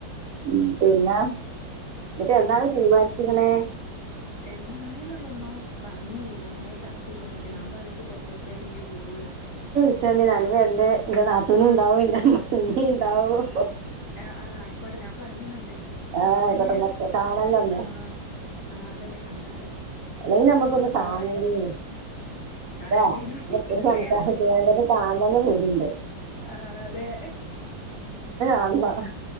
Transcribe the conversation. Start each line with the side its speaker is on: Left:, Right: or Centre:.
Right: ഉം പിന്നെ ഇന്ന്ട്ട് എന്താണ് തീര്മാൻച്ച്ക്ക്ണേ
Left: എന്നാണ്ന്ന് ഇള്ളൊന്നും പർഞ്ഞീല്ല അങ്ങനെ ചർ ച്ചയ്തോണ്ട്ക്ക ഞാം പറഞ്ഞ് ഇൻക്ക് കൊർച്ചൂസ്ത്തേക്ക് ഇൻക്ക് കൂടൂല
Right: ച്ചോണ്ടി ഞാനും വെര്ണ്ട് ഇന്റെ നാത്തൂനും ഇണ്ടാവും ഇന്റെ അമ്മായിമ്മിം ഇണ്ടാവും
Left: ആഹ് ആയിക്കോട്ടെ ഞാൻ പറിയ്ന്ന്ണ്ട്
Right: ആഹ് ആയിക്കോട്ടെ
Left: അന്നേരം
Right: ന്നാ കാണല്ലോ ഒന്ന്
Left: ആഹ് ആഹ് അതന്നെ കാണാലോ
Right: അല്ലെങ്കി ഞമ്മക്കൊന്ന്
Left: എത്രോ
Right: കാണണ്ടീനി
Left: ആയി കാണണ്ടീനു
Right: ല്ലേ ഇത്രീം സംസാരി
Left: നേരാ
Right: ച്ചേണ്ടൊന്ന് കാണണം ന്ന് പൂതിണ്ട്
Left: ആഹ് അതെ
Right: അള്ളാ